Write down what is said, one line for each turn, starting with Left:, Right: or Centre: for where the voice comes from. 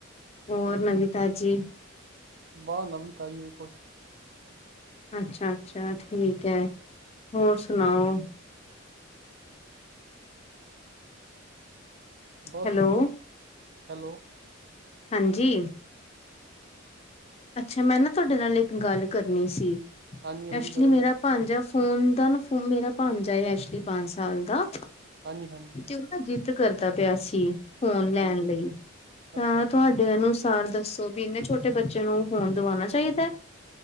Left: ਹੋਰ ਨਵੀਂ ਤਾਜੀ
Right: ਬਸ ਨਵੀ ਤਾਜੀ ਐ
Left: ਅੱਛਾ, ਅੱਛਾ ਠੀਕ ਐ ਹੋਰ ਸੁਣਾਓ?
Right: ਬਸ
Left: ਹੈਲੋ
Right: ਹੂੰ, ਹੈਲੋ
Left: ਹਾਂਜੀ ਅੱਛਾ ਮੈਂ ਨਾ ਤੁਹਾਡੇ ਨਾਲ ਇੱਕ ਗੱਲ ਕਰਨੀ ਸੀ
Right: ਹਾਂਜੀ ਹਾਂਜੀ
Left: ਐਕਚੁਲੀ
Right: ਕਰੋ
Left: ਮੇਰਾ
Right: ਗੱਲ
Left: ਭਾਣਜਾ ਉਨ ਦਾ ਨਾ ਫੋਨ ਮੇਰਾ ਭਾਂਜਾ ਹੈ ਐਕਚੁਲੀ ਪੰਜ ਸਾਲ ਦਾ
Right: ਹਾਂਜੀ, ਹਾਂਜੀ
Left: ਉਹ ਨਾ ਜਿੱਦ ਕਰਦਾ ਪਿਆ ਸੀ ਫੋਨ ਲੈਣ
Right: ਹਾਂਜੀ
Left: ਲਈ ਤਾਂ
Right: ਅੱਛਾ ਅੱਛਾ
Left: ਤੁਹਾਡੇ ਅਨੁਸਾਰ ਦੱਸੋ ਵੀ ਇਹਨੇ ਛੋਟੇ ਬੱਚੇ ਨੂੰ ਫੋਨ ਦਵਾਣਾ ਚਾਈਦੇ